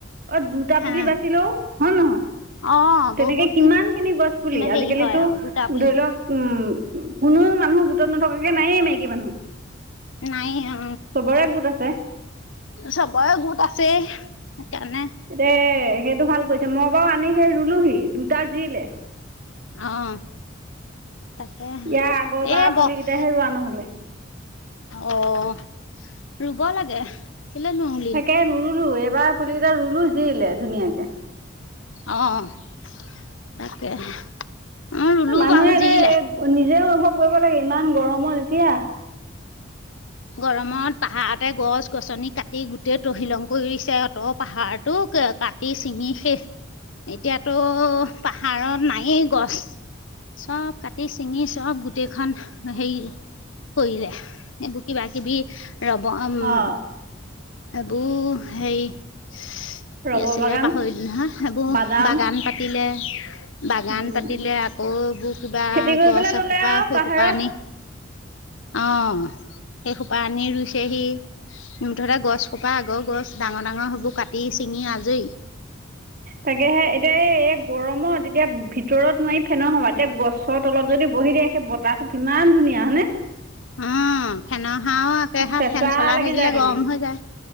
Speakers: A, on the right; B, on the left.
A: অ' দুটা
B: হা
A: পুলি বাচিলেও হয় নে নহয়।
B: অ',
A: তেনেকে
B: বহুত
A: কিমান খিনি গছ পুলি, আজিকালিতো
B: হেৰি হয় আৰু দুটা পুলি
A: ধৰি লওক উম। কোনো মানুহ গোটত নথকাকে নায়ে মাইকী মানুহ।
B: নাইয়ে অ'।
A: চবৰে গোট আছে।
B: চবৰে গোট আছে সেইকাৰণে।
A: তে সেইটো ভাল কৰিছে। মই বাৰু আনি সেই ৰুলোহি দুটা জিলে।
B: অ'। তাকেহে
A: ইয়াৰ আগৰবাৰ
B: এ বক্স
A: পুলিকেইটাহে ৰোৱা নহ'লে
B: অ' ৰুব লাগে। কেলে নুৰুলি?
A: তাকে নুৰুলো এইবাৰ পুলি কেইটা ৰুলো জিলে ধুনীয়াকে।
B: অ' তাকে। অ', ৰুলো
A: মানুহে
B: বাৰু
A: এ
B: জিলে
A: নিজে অনুভৱ কৰিব লাগে ইমান গৰমত এতিয়া।
B: গৰমত পাহাৰতে গছ-গছনি কাটি গোটেই তহিলং কৰিছে। অ' পাহাৰটোক কাটি চিঙি শেষ। এতিয়াতো পাহাৰত নায়েই গছ। চব কাটি ছিঙি চব গোটেইখন হেৰি কৰিলে এই। কিবা কিবি ৰব উম।
A: অ'
B: সেইবোৰ হেৰি। কি
A: ৰবাৰ
B: আছিলে
A: বাগান
B: পাহৰিলো নহয়, সেইবোৰ
A: বাদাম
B: বাগান পাতিলে। বাগান
A: উম,
B: পাতিলে। আকৌ এইবোৰ কিবা
A: খেতি কৰি
B: গছ
A: পেলাই ল'লে
B: এসোপা
A: আৰু
B: সেই
A: পাহাৰত
B: সোপা আনি। অ'। সেই সোপা আনি ৰুইছেহি। মুঠতে গছ সোপা আগৰ গছ ডাঙৰ ডাঙৰ সেইবোৰ কাটি ছিঙি আজৰি।
A: তাকেহে এতিয়া এই এই গৰমত এতিয়া ভিতৰত নোৱাৰি ফেনোৰ হাৱাত এতিয়া গছত তলত। যদি বহি দিয়ে সেই বতাহটো কিমান ধুনীয়া হয় নে?
B: অ' ফেনৰ হাৱাও একেহাৰ
A: চেঁচা
B: ফেন চলাই
A: লাগি
B: থাকিলে
A: যায় তেনে
B: গৰম হৈ যায়।